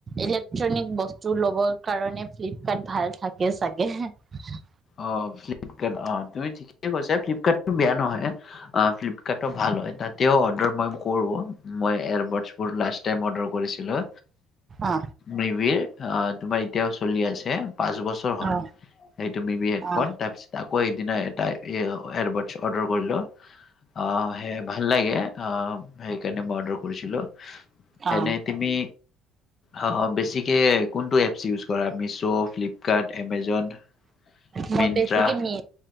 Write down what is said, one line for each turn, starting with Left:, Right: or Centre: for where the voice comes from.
Right: ইলেক্ট্ৰনিক বস্তু লবৰ কাৰণে ফ্লিপকাৰ্ট ভাল থাকে চাগে।
Left: অ ফ্লিপকাৰ্ট অ তুমি ঠিকে কৈছা ফ্লিপকাৰ্টত। বেয়া নহয় অ ফ্লিপকাৰ্টো ভাল হয় তাতেও অৰ্ডাৰ মই কৰোঁ। মই এয়াৰবছোৰ লাৰ্চ টাইম অৰ্ডাৰ কৰিছিলোঁ
Right: অ
Left: মিভিৰ তোমাৰ। এতিয়াও চলি আছে পাঁচ বছৰ হ'ল
Right: অ
Left: সে বি বি হেডফোন
Right: অ
Left: তাইপ চি পা। আকৌ সেইদিনা এটা এয়াৰবডছ অৰ্ডাৰ কৰিলোঁ। অ সেই ভাল লাগে অ সেইকাৰণে মৰ্ডাৰ কৰিছিলোঁ।
Right: অ
Left: এনেই তিমি। অ অ বেছিকে কোনটো এপছ ইউজ কৰা। ত ফ্লিপকাৰ্ট এমেজন
Right: মই
Left: মিন্ত্ৰা
Right: বেছিকে মি।